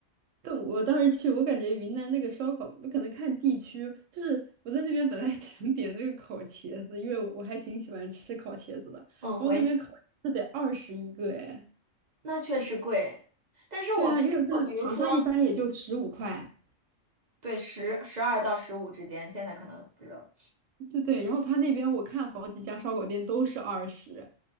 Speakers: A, on the right (about 70°); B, on the right (about 55°).
A: 但我当时去，我感觉云南那个烧烤，可能看地区，就是我在那边本来 <laughs> 想点那个烤茄子，因为我我还挺喜欢吃烤茄子的，
B: 嗯，
A: 然后那边烤茄子得二十一个哎，
B: 我也那确实贵，但是我们我比如说
A: 对啊，因为就是长沙一般也就十五块，
B: 对十十二到十五之间，现在可能不知道。
A: 对对，然后他那边我看好几家烧烤店都是二十，